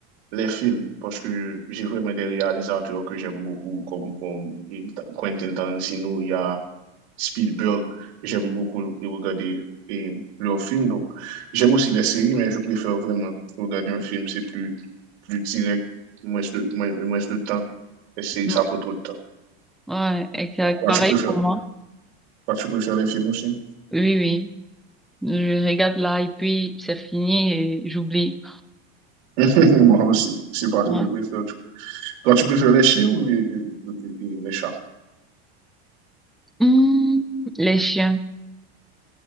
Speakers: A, on the right; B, in the centre.
A: les films parce que j'ai vraiment des réalisateurs que j'aime beaucoup, comme, comme eh, Quentin Tarantino, il y a Spielberg. J'aime beaucoup regarder eh, leurs films. Donc, j'aime aussi les séries, mais je préfère vraiment regarder un film. C'est plus, plus direct, moins de, moins, moins de temps. Les séries,
B: Hmm.
A: ça prend trop de temps.
B: Ouais, exact.
A: Toi,
B: Pareil
A: tu préfères,
B: pour moi.
A: toi, tu préfères les films aussi?
B: Oui, oui. Je regarde là et puis c'est fini et j'oublie.
A: <laughs> Moi aussi. C'est pas ce
B: Ouais.
A: que je préfère. Toi, tu préfères les chiens ou les, les les- les chats?
B: Hmm, les chiens.